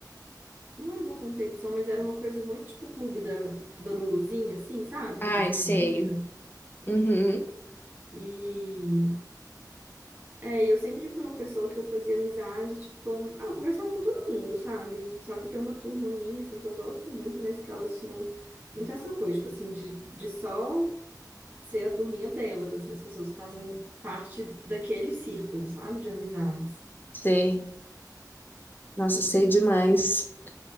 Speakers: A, on the right; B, on the left.
A: Não era uma competição, mas era uma coisa muito tipo o clube da, da Luluzinha, assim, sabe?
B: Ai,
A: De, de
B: sei.
A: menina.
B: Uhum.
A: E é, e eu sempre fui uma pessoa que eu fazia amizade, tipo, com, ah, eu conversava com todo mundo, sabe? Só que tem uma turma minha, assim, que eu gosto muito, mas que elas tinham muito essa coisa, tipo assim, de, de só. ser a turminha delas, assim, as pessoas que fazem parte daquele círculo, sabe, de amizades.
B: Sei. Nossa,
A: E
B: sei demais.